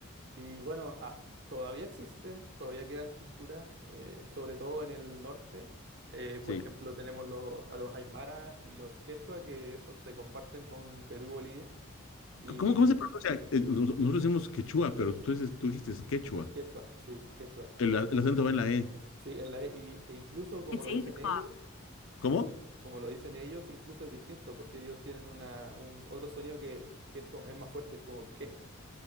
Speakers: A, on the right; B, on the left.
A: Y bueno, a- todavía existen, todavía quedan culturas, eh, sobre todo en el norte. Eh, por
B: Sí.
A: ejemplo, tenemos los, a los Aymara y los Quechua, que esos se comparten con Perú y Bolivia. Y
B: C- ¿Cómo, cómo se pronuncia? Eh, nos- Nosotros decimos quechua, pero tú dices, tú dijiste quechua.
A: Quechua, sí, Quechua.
B: El, a- el acento va en la E.
A: Sí, en la, e y- e incluso como
B: It's
A: lo dicen
B: eight o'clock.
A: ellos,
B: ¿Cómo?
A: como lo dicen ellos, incluso es distinto, porque ellos tienen una, un, otro sonido que, que es, como- es más fuerte, es como que,